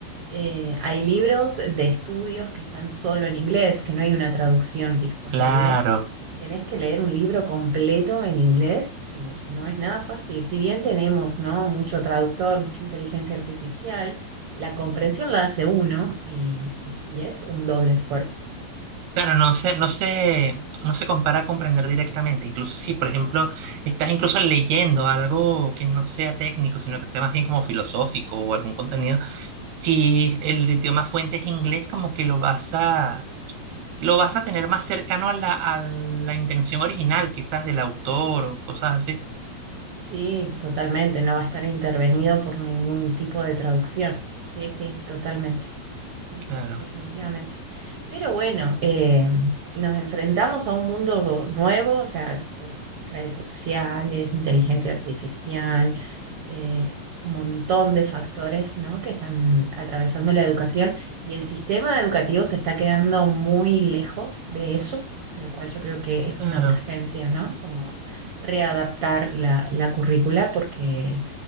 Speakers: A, on the right; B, on the right.
A: eh, hay libros de estudios que están solo en inglés, que no hay una traducción disponible,
B: Claro,
A: y tenés que leer un libro completo en inglés y no es nada fácil. Si bien tenemos, ¿no? mucho traductor, mucha inteligencia artificial, la comprensión la hace uno y, y y es un doble esfuerzo.
B: claro, no se, no se, no se compara a comprender directamente, incluso si, por ejemplo, estás incluso leyendo algo que no sea técnico, sino que sea más bien como filosófico o algún contenido, si el idioma fuente es inglés, como que lo vas a lo vas a tener más cercano a la, a la intención original, quizás del autor o cosas así.
A: Sí, totalmente, no va a estar intervenido por ningún tipo de traducción. Sí, sí, totalmente. Sí, sí,
B: Claro,
A: definitivamente. Pero bueno, eh, nos enfrentamos a un mundo nuevo, o sea, por redes sociales, inteligencia artificial, eh, un montón de factores, ¿no? que están atravesando la educación y el sistema educativo se está quedando muy lejos de eso, lo cual yo creo que es
B: claro,
A: una urgencia, ¿no? Como readaptar la, la currícula porque